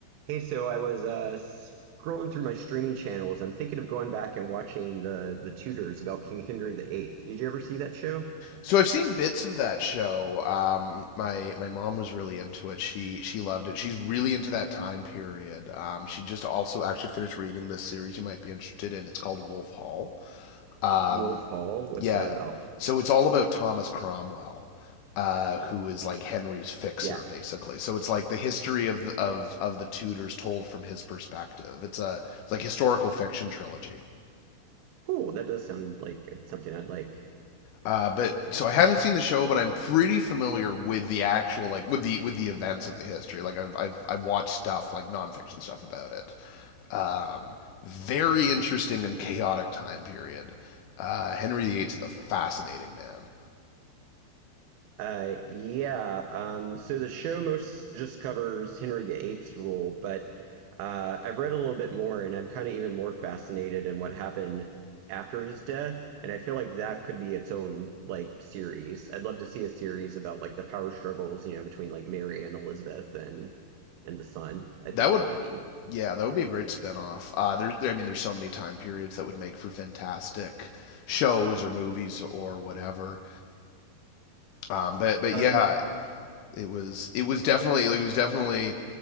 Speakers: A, on the right; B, on the left.
A: Hey, so I was uh, scrolling through my streaming channels. I'm thinking of going back and watching the the Tudors about King Henry the Eighth. Did you ever see that show?
B: So I've seen bits of that show. Um, my my mom was really into it. She she loved it. She's really into that time period. Um, she just also actually finished reading this series you might be interested in. It's called Wolf Hall. Um,
A: Wolf Hall? What's
B: yeah.
A: that about?
B: So it's all about Thomas Cromwell, uh, who is like Henry's fixer
A: Yeah,
B: basically. So it's like the history of the, of of the Tudors told from his perspective. It's a it's like historical fiction trilogy.
A: cool. That does sound like uh, something I'd like.
B: Uh, but so I haven't seen the show, but I'm pretty familiar with the actual like with the with the events of the history. Like I've I've I've watched stuff like nonfiction stuff about it. Um, very interesting and chaotic time period. Uh, Henry the Eighth is a fascinating man.
A: Uh, yeah. Um, so the show most just covers Henry the Eighth's rule, but uh, I've read a little bit more, and I'm kind of even more fascinated in what happened after his death. And I feel like that could be its own like series. I'd love to see a series about like the power struggles, you know, between like Mary and Elizabeth and and the son. I
B: That
A: think
B: would
A: that would be
B: yeah, that would
A: cool.
B: be a great spinoff. Uh, there- I mean, there's so many time periods that would make for fantastic shows or movies or whatever. Um, but but
A: Um,
B: yeah, It was it was definitely like, it was definitely